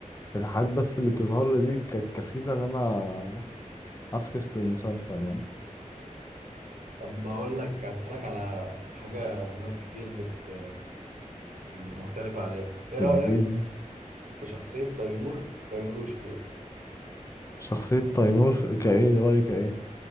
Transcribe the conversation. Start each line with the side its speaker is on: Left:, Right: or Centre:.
Left: الحاجات بس اللي بتظهر لي دي كانت كفيلة إن أنا أفكس للمسلسل يعني
Right: طب بقول لك اسالك على حاجه ناس كتير بت مختلفه عليها ايه رايك
Left: الدين
Right: في شخصيه تيمور في تيمور وشفيقة
Left: شخصية تيمور في- كإيه رأيك إيه؟